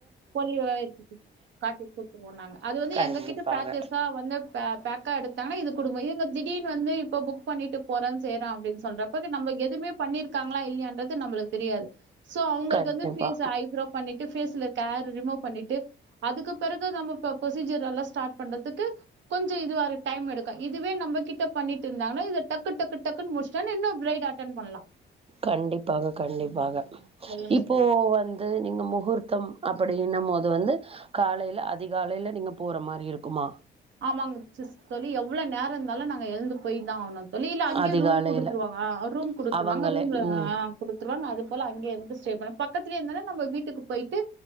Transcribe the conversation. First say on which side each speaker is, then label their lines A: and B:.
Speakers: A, on the right (about 70°); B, on the right (about 30°).
A: போலி காட்டிட்டு குடுத்துருவோ நாங்க அது வந்து
B: கண்டிப்பாக
A: எங்ககிட்ட பேச்சஸா வந்து பேக்கா எடுத்தாங்கன்னா இது குடுங்கோ இவுங்க திடீர்னு வந்து இப்ப புக் பண்ணிட்டு போறே செய்றோ அப்டின்னு சொல்றப்ப நம்ம எதுவுமே பண்ணியிருக்காங்ளா இல்லையான்றது நம்மளுக்கு தெரியாது சோ அவுங்களுக்கு
B: கண்டிப்பா
A: வந்து ஃபேச ஐப்புரோ பண்ணி ஃபேஸ்ல கேர் ரிமூவ் பண்ணிட்டு அதுக்கு பெறகு நம்ம புரசீஜுஜர் எல்லா ஸ்டாட் பண்றதுக்கு கொஞ்சோ இதுவா டைம் எடுக்கு இதுவே நம்ம கிட்ட பண்ணிட்டு இருந்தாங்கன்னா இத டக்கு டக்கு டக்குன்னு முடிச்ட்டா இன்னு பிரைடு அட்டன் பண்லா
B: கண்டிப்பாக கண்டிப்பாக
A: ம் சொல்லுங்க
B: இப்போ
A: தோழி
B: வந்து நீங்க முகூர்த்தம் அப்டின்னம்போது வந்து காலேல அதிகாலையில நீங்க போற மாரி இருக்குமா
A: ஆமாங்க சிஸ் தோழி எவ்வளவு நேரோ இருந்தாலு நாங்க எழுந்து போய்தா ஆவனு வெளில அங்கயே
B: அதிகாலையில
A: ரூம் குடுத்துருவாங்க ரூம் குடுத்துருவாங்க
B: அவங்களே
A: ரூம்ல
B: ம்
A: ஆ குடு வாங்க அது போல அங்க இருந்து ஸ்டே பக்கத்துலயே இருந்தா நம்ம வீட்டுக்கு போயிட்டு